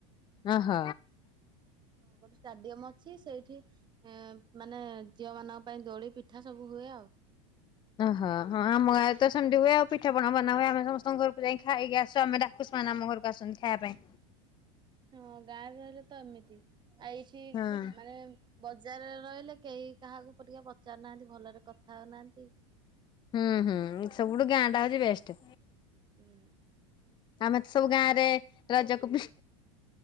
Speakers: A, on the left; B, on the right.
A: ଅ- ହ।
B: ଗୋଟେ ଷ୍ଟାଡିୟମ ଅଛି ସେଇଠି ଏଁ ମାନେ ଝିଅ ମାନଙ୍କ ପାଇଁ ଦୋଳି ପିଠା ସବୁ ହୁଏ ଆଉ।
A: ଓହୋ ହଁ ଆମ ଗାଁ ରେ ତ ସେମିତି ହୁଏ ଆଉ ପିଠାପଣା ବନା ହୁଏ ଆମେ ସମସ୍ତଙ୍କ ଘରକୁ ଯାଇକି ଖାଇକି ଆସୁ ଆମେ ଡା ପୁଷ୍ମା ନା ଆମ ଘରକୁ ଆସନ୍ତି ଖାଇବା ପାଇଁ।
B: ହଁ ଗାଁରେ ରହିଲେ ତ ଏମିତି ଆ ଏଇଠି
A: ହଁ।
B: ମାନେ ବଜାରରେ ରହିଲେ କେହି କାହାକୁ ପ-ଟିକେ ପଚାରୁନାହାନ୍ତି ଭଲରେ କଥା ହଉନାହାଁନ୍ତି।
A: ହୁଁ- ହୁଁ ସବୁଠୁ ଗାଁ ଟା ହଉଚି ବେଷ୍ଟେ।
B: ହୁଁ
A: ଆମେ ତ ସବୁ ଗାଁ ରେ ରଜକୁ ବି-